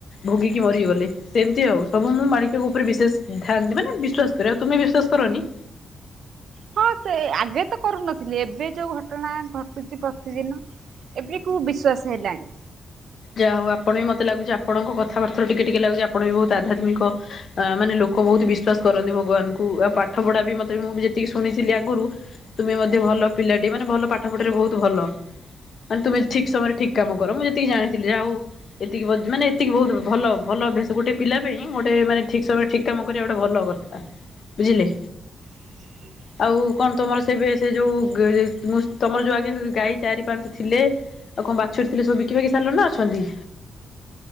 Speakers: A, on the left; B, on the right.
A: ଭୋଗିକି ମରିଗଲେ ସେମତି ଆଉ ସବୁ ମୁଁ ମାଳି ଉପରେ ବିଶେଷ ଧ୍ୟାନ ଥାନ୍ତି ମାନେ ବିଶ୍ଵାସ କରେ ଆଉ ତମେ ବିଶ୍ୱାସ କରନି।
B: ହଁ ସେ ଆଗେ ତ କରୁନଥିଲି ଏବେ ଯୋଉ ଘଟଣା ଘଟୁଛି ପ୍ରତିଦିନ। ଏବେ କୁ ବିଶ୍ଵାସ ହେଲାଣି।
A: ଯାହା ହଉ ଆପଣ ବି ମତେ ଲାଗୁଛି ଆପଣଙ୍କ କଥାବାର୍ତ୍ତା ରୁ ଟିକେ ଟିକେ ଲାଗୁଛି ଆପଣ ବି ବହୁତ ଆଧ୍ୟାତ୍ମିକ। ଆ ମାନେ ଲୋକ ବହୁତ ବିଶ୍ଵାସ କରନ୍ତି ଭଗବାନଙ୍କୁ ଆଉ ପାଠ ପଢା ବି ମତେ ବି ମୁଁ ଯେତିକି ଶୁଣିଥିଲି ଆଗରୁ। ତୁମେ ମଧ୍ୟ ଭଲ ପିଲାଟି ମାନେ ଭଲ ପାଠ ଫାଟ ବହୁତ ଭଲ। ମାନେ ତୁମେ ଠିକ ସମୟରେ ଠିକ କାମ କର ମୁଁ ଯେତିକି ଜାଣିଥିଲି ଯାହା ହଉ। ଏତିକି ମାନେ ଏତିକି ବହୁତ ଭଲ ଭଲ ଅଭ୍ୟାସ ଗୋଟେ ପିଲା ପାଇଁ ଗୋଟେ ମାନେ ଠିକ ସମୟରେ ଠିକ। ଠିକ୍ କାମ କରିବା ଗୋଟେ ଭଲ କଥା ବୁଝିଲେ?
B: <inaudible>
A: ଆଉ କଣ ତମର ସେବେ ସେ ଯୋଉ ଗେ ମୁଁ ତମର ଯୋଉ ଆଗ ଗାଈ ଚାରି ପାଞ୍ଚ ଥିଲେ? ଆଉ କଣ ବାଛୁରୀ ଥିଲେ ସବୁ ବିକିିବାକି ସାରିଲ ନା ଅଛନ୍ତି?